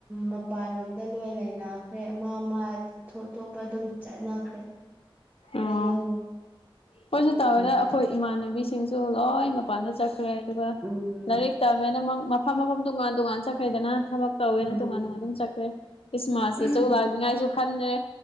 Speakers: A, on the right (about 20°); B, on the left (about 85°).
A: ꯃꯄꯥꯟꯂꯣꯝꯗ ꯂꯣꯏ ꯂꯩꯅꯈ꯭ꯔꯦ ꯃꯥ ꯃꯥ ꯊꯣꯞꯄ ꯑꯗꯨꯝ ꯆꯠꯅꯈ꯭ꯔꯦ <unintelligible>
B: ꯑꯣ ꯑꯩꯈꯣꯏꯁꯨ ꯇꯧꯋꯦꯗ
A: ꯎꯝ
B: ꯑꯩꯈꯣꯏ ꯏꯃꯥꯟꯅꯕꯤꯁꯤꯡꯁꯨ ꯂꯣꯏ ꯃꯄꯥꯟꯗ ꯆꯠꯈ꯭ꯔꯦ ꯑꯗꯨꯒ
A: ꯎꯝ
B: ꯂꯥꯏꯔꯤꯛ ꯇꯝꯃꯦꯅ ꯃꯐꯝ ꯃꯐꯝ ꯇꯣꯉꯥꯟ ꯇꯣꯉꯥꯟ ꯆꯠꯈꯦꯗꯅ ꯊꯕꯛ ꯇꯧꯋꯦꯅ
A: ꯎꯝ
B: ꯇꯣꯉꯥꯟ ꯇꯣꯉꯥꯟ ꯑꯗꯨꯝ ꯆꯠꯈ꯭ꯔꯦ ꯈ꯭ꯔꯤꯃꯥꯁꯇꯆꯨ
A: ꯎꯝ
B: ꯂꯥꯛꯅꯤꯉꯥꯏꯁꯨ ꯈꯟꯗ꯭ꯔꯦ